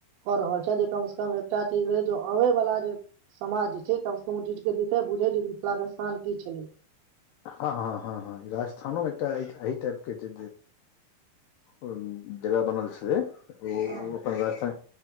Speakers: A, on the right; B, on the left.
A: कऽ रहल छै जे कम से कम एकटा चीज रहै जे आबे वाला जे समाज छै कम से कम ओ चीज के देखि बुझ जे मिथिला के स्थान की छलै
B: हाँ हाँ हाँ हाँ राजस्थानोमे एकटा एहि टाइपके जे ओ जगह बनल छलै ओ
A: हँ
B: अपन राजस्थान